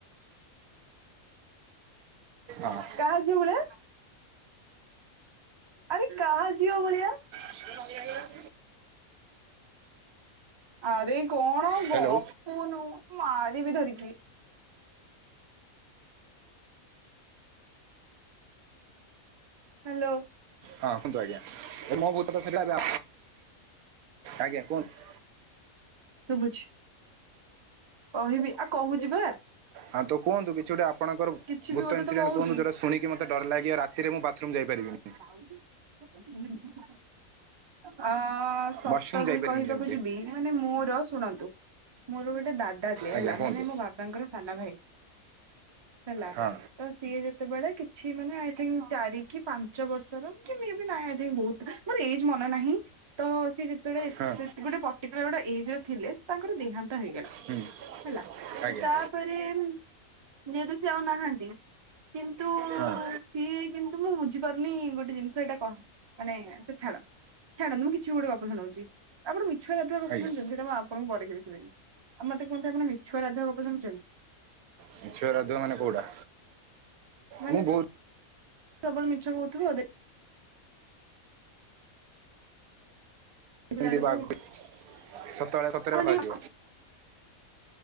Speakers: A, on the right; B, on the right.
A: ହଁ
B: କାହା ଝିଅ ଭଳିଆ? ଆରେ କାହା ଝିଅ ଭଳିଆ?
A: <inaudible>
B: ଆରେ କଣ
A: ହ୍ୟାଲୋ
B: ଗ ଗପୁନୁ ମାରିବି ଧରିକି। ହାଲୋ।
A: ହଁ କୁହନ୍ତୁ ଆଜ୍ଞା ଏ ମୋବୋତ ସିରିଲା ଆଜ୍ଞା କୁହନ୍ତୁ।
B: ଶୁଭୁଛି କହିବି ଆଉ କହୁଛି ବା
A: ହଁ ତ କୁହନ୍ତୁ କିଛି ଗୋଟେ ଆପଣଙ୍କର
B: କିଛି ବି
A: ଭୂତ
B: ଗୋଟେ
A: ଇନସିଡେଣ୍ଟ
B: ତ କହୁଛି
A: କୁହନ୍ତୁ ଯୋଉଟା ଶୁଣି କି ମତେ ଡର ଲାଗିବ ରାତିରେ ମୁଁ ବାଥରୁମ ଯାଇପାରିବିନି।
B: <inaudible> ଅ ସତ
A: ୱାସରୁମ୍ ଯାଇପାରିବିନି
B: ଯଦି କହିବାକୁ
A: ଯେମିତି
B: ଯିବି ମାନେ ମୋର ଶୁଣନ୍ତୁ। ମୋର ଗୋଟେ ଦାଦା ଥିଲେ
A: ଆଜ୍ଞା
B: ହେଲା
A: କୁହନ୍ତୁ
B: ମାନେ ମୋ ବାବାଙ୍କର ସାନା ଭାଇ ହେଲା।
A: ହଁ
B: ତ ସିଏ ଯେତେବେଳେ କିଛି ମାନେ ଆଇ ଥିଙ୍କ୍ ଚାରି କି ପାଞ୍ଚ ବର୍ଷର କି ମେ ବି ନା ଆଇ ଥିଙ୍କ୍ ବୋହୁତ ମୋର ଏଜ୍ ମନ ନାହିଁ ତ ସିଏ ଯେ ତେବେଳେ
A: ହଁ
B: ଚେତ୍ ଗୋଟେ ପର୍ଟିକୁଲାର ଗୋଟେ ଏଜର ଥିଲେ ତାଙ୍କର ଦେହାନ୍ତ ହେଇଗଲା।
A: ହୁଁ
B: ହେଲା
A: ଆଜ୍ଞା
B: ତ ତାପେରେ ଉଁ ଯେହେତୁ ସିଏ ଆଉ ନାହାନ୍ତି କିନ୍ତୁ
A: ହଁ
B: ସିଏ କିନ୍ତୁ ମୁଁ ବୁ ଝିପାରୁନି ଗୋଟେ ଜିନିଷଟା କଣ ମାନେ ସେ ଛାଡ। ଛାଡନ୍ତୁ ମୁଁ କିଛି ଗୋଟେ ଗପ ଶୁଣଉଚି ଆପଣ ମିଛୁଆ ରାଧୁଆ ଗପ
A: ଆଜ୍ଞା
B: ଶୁଣିଛନ୍ତି ସେଟା ମୁଁ ଆପଣଙ୍କୁ ପରେ କେବେ ଶୁଣେଇବି। ଆ ମତେ କୁହନ୍ତୁ ଆପଣ ମିଛୁଆ ରାଧୁଆ ଗପ ଶୁଣିଛନ୍
A: ମିଛୁଆ ରାଧୁଆ ମାନେ କୋଉଟା
B: ମାନେ
A: ମୁଁ
B: ସେ
A: ବୋହୁ
B: ସବୁବେଳେ ମିଛ କହୁଥୁବ <unintelligible> ଦେଖିଲା
A: ଏମିତି
B: ବେଳକୁ
A: ବାଘ ସେତଏଳେ ସତେରେ
B: ଆପଣ
A: ବାଘ
B: ଟିକେ
A: ଆସିବ।